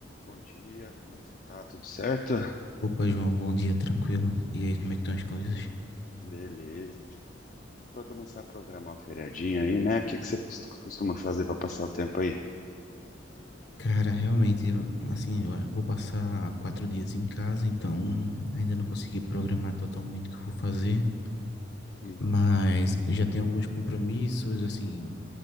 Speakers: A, on the left; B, on the left.
A: Bom dia, como é que você tá? Tudo certo?
B: Opa, João, bom dia, tranquilo. E aí, como é que estão as coisas?
A: Beleza. tu- Pra começar a programar o feriadinho aí, né? O que que você cos- costuma fazer pra passar o tempo aí?
B: Cara, realmente, assim, eu vou passar quatro dias em casa, então ainda não consegui programar totalmente o que eu vou fazer,
A: Uhum.
B: mas já tenho alguns compromissos, assim,